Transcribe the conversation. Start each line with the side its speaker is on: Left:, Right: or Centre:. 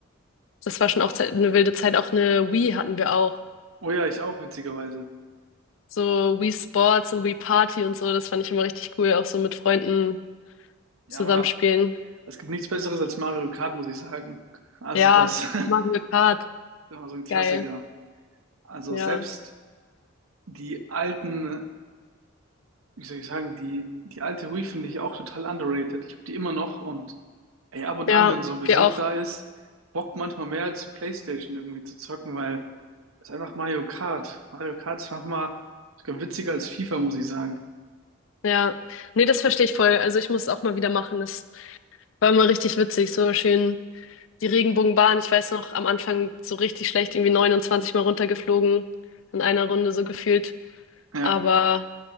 Left: das war schon auch Zeit, eine wilde Zeit. Auch eine Wii hatten wir auch.
Right: Oh ja, ich auch, witzigerweise.
Left: So Wii Sports und Wii Party und so, das fand ich immer richtig cool, auch so mit Freunden
Right: Ja,
Left: zusammenspielen.
Right: man, da- es gibt nichts Besseres als Mario Kart, muss ich sagen. Also
Left: Ja,
Right: das <laughs> ist
Left: Mario Kart,
Right: immer so ein Klassiker.
Left: geil.
Right: Also
Left: Ja.
Right: selbst die alten, wie soll ich sagen, die, die alte Wii finde ich auch total underrated. Ich habe die immer noch und ey, ab und
Left: Ja,
Right: an, wenn so ein Besuch
Left: wir auch.
Right: da ist, bockt manchmal mehr als so PlayStation irgendwie zu zocken, weil Das ist einfach Mario Kart. Mario Kart ist manchmal sogar witziger als FIFA, muss ich sagen.
Left: Ja. Nee, das verstehe ich voll. Also ich muss es auch mal wieder machen. Das war immer richtig witzig, so schön die Regenbogenbahn, ich weiß noch, am Anfang so richtig schlecht, irgendwie 29 Mal runtergeflogen in einer Runde so gefühlt.
Right: Ja,
Left: Aber